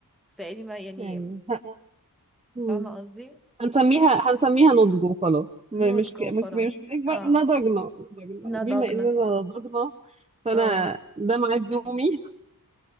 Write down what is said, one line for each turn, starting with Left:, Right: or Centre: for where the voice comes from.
Centre: فيعني ما يعني
Right: ايوه مم.
Centre: فاهمة قصدي
Right: هنسميها هنسميها نضج وخلاص م-
Centre: نضج
Right: مش ك...
Centre: وخلاص
Right: مش مش بنكبر
Centre: اه
Right: نضجنا نضجنا
Centre: نضجنا
Right: وبما اننا نضجنا فانا
Centre: اه
Right: ده ميعاد نومي